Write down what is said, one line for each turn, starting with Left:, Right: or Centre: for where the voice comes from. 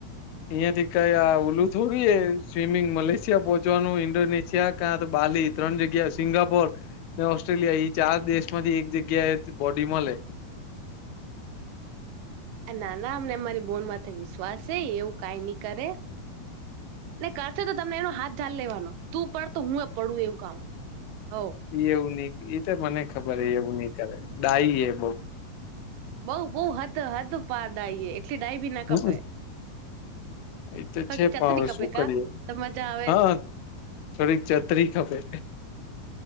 Left: અહીંયા થી કઈ આ ઓલું થોડું એ સ્વિમિંગ મલેશિયા પહોંચવાનું ઈન્ડોનેશિયા કા તો બાલી ત્રણ જગ્યા સિંગાપોર. ઓસ્ટ્રેલિયા ઈ ચાર દેશ માંથી એક જગ્યા એ બોડી મલે.
Right: નાના અમને મારી બોન માથે વિશ્વાસ છે એવું કાઈ ની કરે. ને કરશે તો તમને એનો હાથ જાલ લેવાનો તું પડ તો હું એ પડું એવું કામ કરવાનું હો.
Left: એ એવું ની ઈ તો મને ખબર એવું નહિ કરે ડાઈ એ બઉ.
Right: બઉ બઉ હદ હદ પાર ડાયએ એટલી ડાય બી ના
Left: હમ
Right: ખપે.
Left: એ તો
Right: થોડી
Left: છે પણ
Right: ચતરી
Left: હવે
Right: ખપે
Left: શું
Right: કા
Left: કરીએ
Right: તો મજા આવે
Left: અ. થોડી ક ચતરી ખપે.